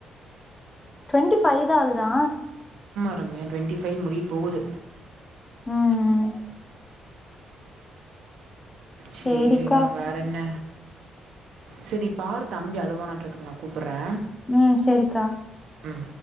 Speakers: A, on the left (about 20°); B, on the right (about 75°).
A: ட்வெண்ட்டி ஃபைவ் தான் ஆகுதா
B: கம்ய ட்வெண்ட்டி ஃபைவ் முடிய போகுது
A: உம் உம்
B: சேரிடா
A: சேரிக்கா
B: வேற என்ன சேர் நீ பாரு தம்பி அழுவானாட்ற்றுக்குது நா கூப்புட்றே
A: ம் சேரிக்கா
B: ம்